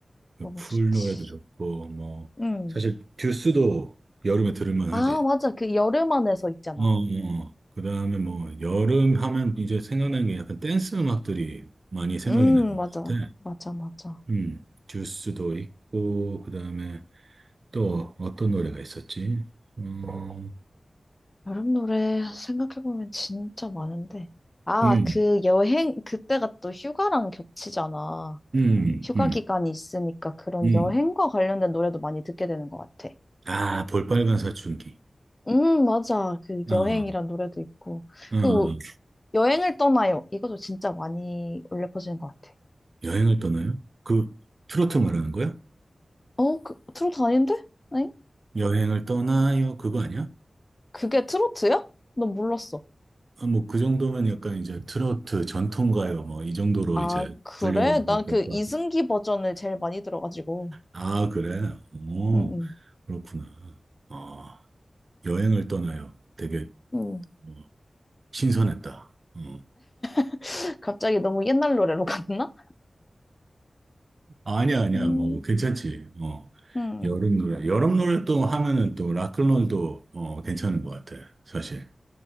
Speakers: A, on the left; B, on the right.
A: 너무
B: 쿨
A: 좋지.
B: 노래도 좋고, 뭐,
A: 응.
B: 사실 듀스도 여름에 들을만
A: 아,
B: 하지.
A: 맞아. 그 여름 안에서 있잖아.
B: 어, 어. 그 다음에 뭐, 여름 하면 이제 생각나는 게 약간 댄스 음악들이 많이 생각이
A: 음,
B: 나는
A: 맞아.
B: 것 같아.
A: 맞아, 맞아.
B: 음, 듀스도 있고, 그 다음에 또 어떤 노래가 있었지? 어,
A: 여름 노래 생각해보면 진짜 많은데. 아,
B: 음,
A: 그 여행, 그때가 또 휴가랑 겹치잖아.
B: 음,
A: 휴가
B: 음,
A: 기간이 있으니까 그런
B: 음.
A: 여행과 관련된 노래도 많이 듣게 되는 것 같아.
B: 아, 볼빨간 사춘기.
A: 음, 맞아. 그
B: 아,
A: 여행이란 노래도 있고.
B: 어,
A: 그리고 여행을 떠나요. 이것도 진짜 많이 울려 퍼지는 것 같아.
B: 여행을 떠나요? 그 트로트 말하는 거야?
A: 어, 그, 트로트 아닌데? 아니?
B: 여행을 떠나요? 그거 아니야?
A: 그게 트로트야? 난 몰랐어.
B: 아, 뭐 그 정도면 약간 이제 트로트 전통가요 뭐 이 정도로
A: 아,
B: 이제
A: 그래?
B: 분류될
A: 난 그
B: 거야.
A: 이승기 버전을 제일 많이 들어가지고.
B: 아 그래? 오
A: 응, 응.
B: 그렇구나. 아 여행을 떠나요. 되게
A: 응.
B: 어, 신선했다. 어.
A: <laughs> 갑자기 너무 옛날 노래로 갔나?
B: 아니야 아니야
A: 음,
B: 뭐 괜찮지. 어
A: 음,
B: 여름 노래 여름 노래 또 하면은 또 락클롤도 어 괜찮은 것 같아 사실.